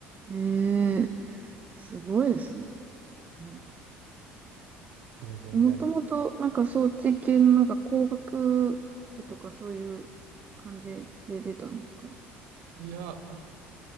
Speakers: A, on the right; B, on the right.
A: うん。ええすごいですね。うん。
B: いや、全然。
A: もともと、なんか装置系のなんか工学部とかそういう感じで出たんですか
B: いや、